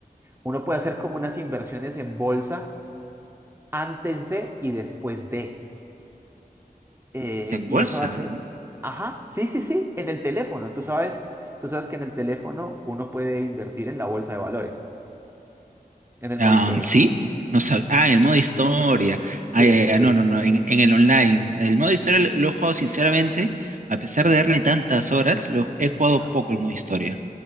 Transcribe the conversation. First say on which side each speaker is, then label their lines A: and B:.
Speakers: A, on the right; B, on the right.
A: uno puede hacer como unas inversiones en bolsa antes de y después de. Eh,
B: Se embolsan.
A: y eso hace, ajá, sí, sí, sí, en el teléfono. Tú sabes, tú sabes que en el teléfono uno puede invertir en la bolsa de valores, en el
B: Ah,
A: modo historia.
B: sí, no sabía. Ah, el modo historia.
A: Sí,
B: Ah, ya,
A: sí,
B: ya,
A: sí.
B: no, no, no, en, en el online. El modo historia lo lo he jugado sinceramente, a pesar de darle tantas horas, lo he jugado
A: Ajá.
B: poco el modo historia,